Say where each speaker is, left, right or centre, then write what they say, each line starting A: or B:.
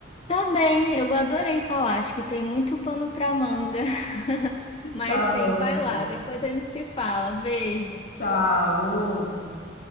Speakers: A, on the left (about 30°); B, on the left (about 50°).
A: Tá bem, eu adorei falar, acho que tem muito pano pra manga. <laughs> Mas
B: Tá bom,
A: sim, vai
B: então.
A: lá, depois a gente se fala. Beijo.
B: Tchau, outro.